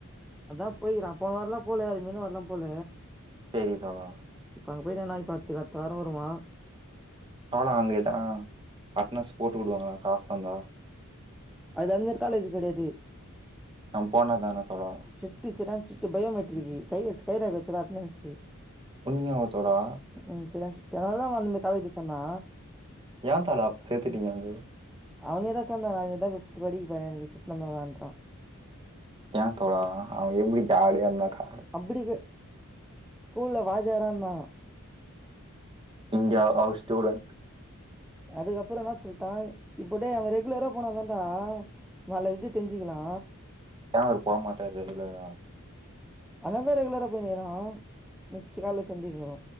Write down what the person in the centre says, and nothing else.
அதா போய்க்கிறா போன வாரம்லா போல அது முன்ன வாரலா போல
இப்ப அங்க போயிட்டானா இப்ப அடுத்துக்கு அடுத்த வார வருவா
அது அந்த மேரி காலேஜ் கிடையாது
ஸ்ட்ரி ட்டு செரியா ஸ்ட்ரிக்ட்டு பையோமெட்ரிக்கு கை வச் கைரேக வச்சாதா அட்னன்ஸ்
ம் சரியான ஸ்ட்ரிக்ட் அதனால தா அவ அந்த மேலி காலேஜ் போய் சேந்தா
அவனேதா சேந்தா நா அங்கதா பி படிக்கப்போறே அப்டின்னு சேந்தா எனக்கு ஸ்ட்ரீட் இருந்தாதான்றா
அப்டி க ஸ்கூல்ல வாத்தியாரா இருந்தா
அதுக்கப்பற என்னா சொல்லிட்டா இப்போ டே அவ ரெகுலரா போனாதண்டா நல்ல இது தெரிஞ்சுக்கலா
அதுனாலதா ரெகுலரா போயினுருக்குறா நெக்ஸ்ட்டு கால்ல சந்திக்குறோ